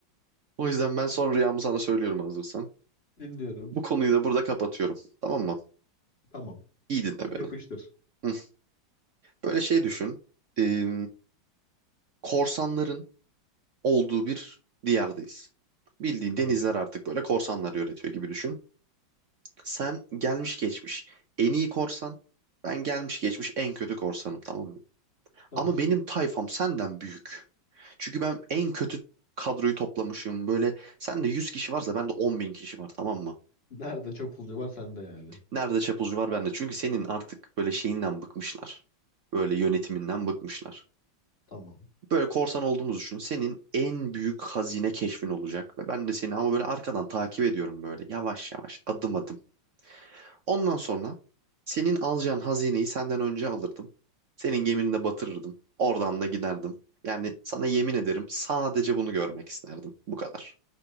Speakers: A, on the right; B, on the left.
A: O yüzden ben son rüyamı sana söylüyorum hazırsan.
B: Dinliyorum.
A: Bu konuyu da burada kapatıyorum. Tamam mı?
B: Tamam.
A: İyi dinle beni.
B: Yapıştır.
A: Hı. Böyle şey düşün. Ee, korsanların olduğu bir diyardayız. Bildiğin
B: Tamam.
A: denizler artık böyle korsanlar yönetiyor gibi düşün. Sen gelmiş geçmiş en iyi korsan, ben gelmiş geçmiş en kötü korsanım tamam mı?
B: Tamam.
A: Ama
B: <laughs>
A: benim tayfam senden büyük. Çünkü ben en kötü kadroyu toplamışım. Böyle sende 100 kişi varsa bende on bin kişi var tamam mı?
B: Nerede çapulcu var sende yani.
A: Nerede çapulcu var bende. Çünkü senin artık böyle şeyinden bıkmışlar. Böyle yönetiminden bıkmışlar.
B: Tamam.
A: Böyle korsan olduğumuzu düşün. Senin en büyük hazine keşfin olacak. Ve ben de seni ama böyle arkadan takip ediyorum böyle yavaş yavaş adım adım. Ondan sonra senin alacağın hazineyi senden önce alırdım. Senin gemini de batırırdım. Oradan da giderdim. Yani sana yemin ederim sadece bunu görmek isterdim. Bu kadar.